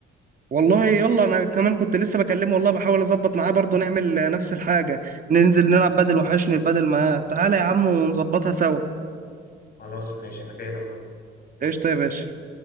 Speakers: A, on the right; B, on the left.
A: والله يلا انا كمان كنت لسه بكلمه والله بحاول اظبط معاه برضه نعمل آه، نفس الحاجه ننزل نلعب بدل وحشني البدل معاه تعالى يا عم ونظبطها سوا
B: خلاص ماشي أنا جاي لك أهو
A: قشطه يا باشا